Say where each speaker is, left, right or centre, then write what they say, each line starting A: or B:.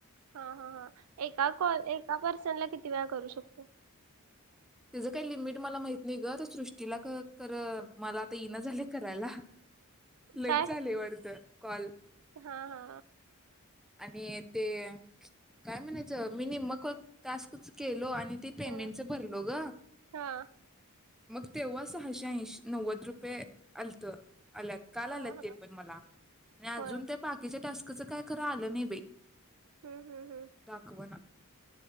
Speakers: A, on the right; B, in the centre.
A: हा हा हा एका कॉल एका पर्सन ला किती वेळा करू शकतो
B: त्याचं काही लिमिट मला माहत नाही ग सृष्टीला कर मला आता येणं ना झालेय करायला लईच
A: काय?
B: झाले वाटत कॉल
A: हा हा
B: आणि ते काय म्हणायचं मी मग टास्कच केलो आणि ते पेमेंटच
A: हा
B: भरल लोग
A: हा
B: मग तेव्हा सहाशे ऐंशी नव्वद रुपये आलत आल्याग काल
A: हा
B: आलंत
A: हा
B: ते पण मला आणि अजून
A: होय
B: त्या बाकीच्या टास्कच काय खरं आलं नाही बाई
A: हम्म हम्म हम्म
B: दाखवाना,